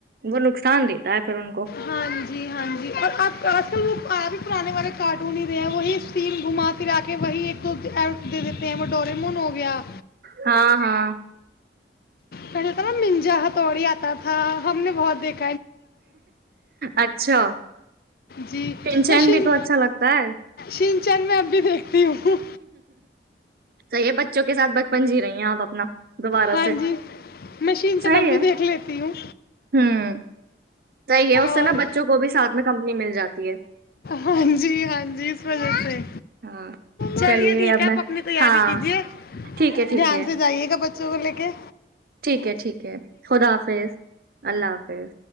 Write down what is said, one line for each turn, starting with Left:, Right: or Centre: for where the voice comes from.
Right: وہ نقصان دیتا ہے پھر ان کو
Left: ہاں جی ہاں جی اور آج کل وہ آ بھی پرانے والے کارٹون ہی رہے ہیں وہی سین گھما پھرا کے وہی ایک دو دے دیتے ہیں وہ ڈورمون ہو گیا
Right: ہاں ہاں
Left: کہ تھا نا منجا ہتھڑی آتا تھا ہم نے بہت دیکھ
Right: اچھا
Left: جی
Right: ینشینگ
Left: میں شن
Right: بھی تو اچھا لگتا ہے
Left: شنچن میں اب بھی دیکھتی ہوں
Right: صحیح بچوں کے ساتھ ب پنجی رہی ہیں تو اپنا دوبارہ
Left: ہاں
Right: سے
Left: جی مشین چ
Right: صحیح
Left: نبی
Right: ہے
Left: دیکھ لیتی ہوں
Right: ہوں صحیح ہے اس سے
Left: اور
Right: نا بچوں کو بھی ساتھ میں کمپنی مل جاتی ہے
Left: ہاں جی ہاں جی اس وجہ سے
Right: ہاں
Left: چلیے ٹھیک
Right: اب
Left: ہے آپ
Right: میں
Left: اپنی تیاری
Right: ہاں
Left: کیجیے
Right: ٹھیک ہے ٹھیک
Left: دھیان
Right: ہے
Left: سے جائیے گا ب چلی کے
Right: ٹھیک ہے ٹھیک ہے خدا حافظ اللہ حافظ